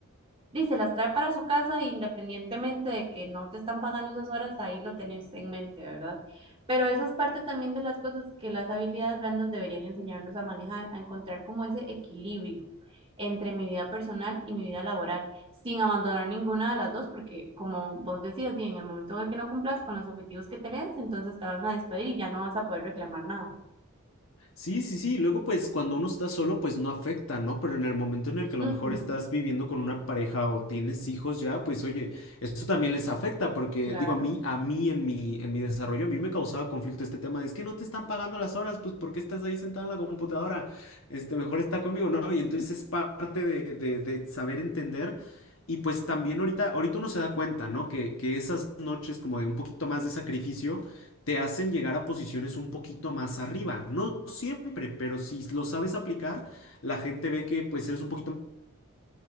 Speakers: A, on the right; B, on the left.
A: dice, las trae para su casa independientemente de que no te están pagando esas horas, ahí lo tenés en mente, ¿verdad? Pero esa es parte también de las cosas que las habilidades blandas deberían enseñarnos a manejar, a encontrar como ese equilibrio entre mi vida personal y mi vida laboral, sin abandonar ninguna de las dos, porque como vos decías, di, en el momento en el que no cumplas con los objetivos que tenés, entonces te van a despedir y ya no vas a poder reclamar nada.
B: Sí, sí, sí. Luego, pues cuando uno está solo, pues no afecta, ¿no? Pero en el momento en el que a
A: Ujú,
B: lo mejor estás viviendo con una pareja o tienes hijos ya, pues oye, eso también les afecta porque
A: claro.
B: digo, a mí, a mí en mi, en mi desarrollo, a mí me causaba conflicto este tema de es que no te están pagando las horas, pues ¿por qué estás ahí sentado en la computadora? Este, mejor está conmigo, ¿no? Y entonces es parte de, de, de saber entender. Y pues también ahorita, ahorita uno se da cuenta, ¿no? Que, que esas noches como de un poquito más de sacrificio te hacen llegar a posiciones un poquito más arriba. No siempre, pero si lo sabes aplicar, la gente ve que pues eres un poquito más...